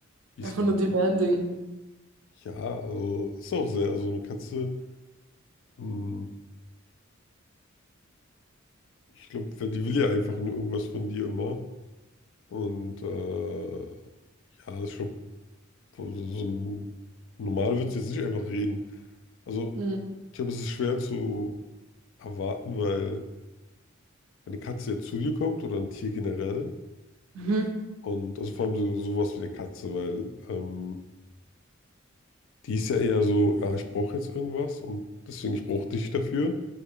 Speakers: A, on the left; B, on the right.
A: Wie
B: einfach
A: ist
B: nur demanding.
A: Ja, also ist auch sehr, also eine Katze, mh, ich glaube, die will ja einfach nur irgendwas von dir immer. Und äh, ja, ich glaube, so, so so ein- normal wird sie jetzt nicht einfach reden. Also
B: Hm.
A: ich glaube, es ist schwer zu erwarten, weil wenn eine Katze jetzt zu dir kommt oder ein Tier generell
B: Mhm.
A: und also vor allem so, sowas wie eine Katze, weil ähm, die ist ja eher so, ja, ich brauche jetzt irgendwas und deswegen ich brauche dich dafür.